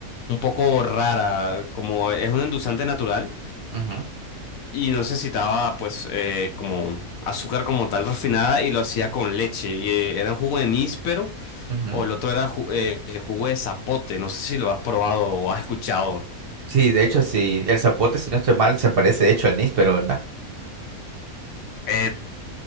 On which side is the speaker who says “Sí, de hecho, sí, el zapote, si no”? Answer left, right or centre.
Right